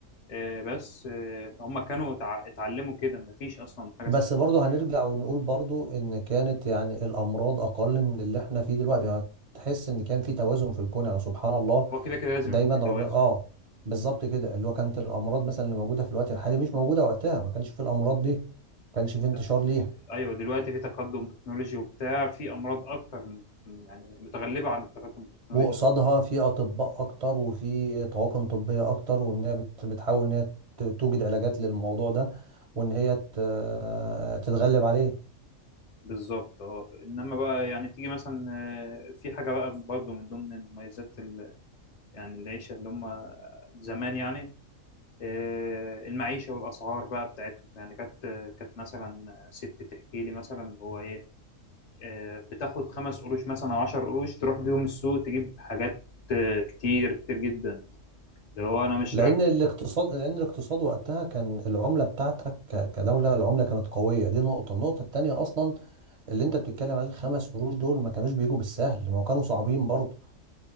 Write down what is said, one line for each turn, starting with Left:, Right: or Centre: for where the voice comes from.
Left: آه، بس آه، هم كانوا تع- اتعلموا كده مفيش اصلا حاجه
Right: بس
Left: اسمها
Right: برضه هنرجع ونقول برضه ان كانت يعني الامراض اقل من اللي احنا فيه دلوقتي يعني هتحس ان كان في توازن في الكون يعني سبحان الله
Left: هو كده كده لازم
Right: دايما
Left: يكون في
Right: ربنا
Left: توازن
Right: اه بالظبط كده اللي هو كانت الامراض مثلا اللي موجوده في الوقت الحالي مش موجوده وقتها ما كانش في الامراض دي ما كانش في
Left: انت
Right: انتشار ليها
Left: ايوه دلوقتي في تقدم تكنولوجي وبتاع في امراض اكتر م- يعني متغلبه عن التقدم التكنولوجي
Right: وقصادها في اطباء اكتر وفي طواقم طبيه اكتر وان هي بت- بتحاول ان هي ت- توجد علاجات للموضوع ده وان هي ت- تتغلب عليه
Left: بالظبط اه انما بقى يعني تيجي مثلا آه، في حاجه بقى برضه من ضمن مميزات ال- يعني العيشه اللي هم زمان يعني آه، المعيشه والاسعار بقى بتاعتهم يعني كانت كانت مثلا آه، ست تحكي لي مثلا هو ايه آه، بتاخد خمس قروش مثلا او عشر قروش تروح بيهم السوق تجيب حاجات آه، كتير كتير جدا اللي هو انا مش
Right: لان
Left: رايح
Right: الاقتصاد لان الاقتصاد وقتها كان العمله بتاعتك ك- كدوله العمله كانت قويه دي نقطه النقطه التانيه اصلا اللي انت بتتكلم عليه الخمس قروش دول ما كانوش بيجوا بالسهل ما هو كانوا صعبين برضه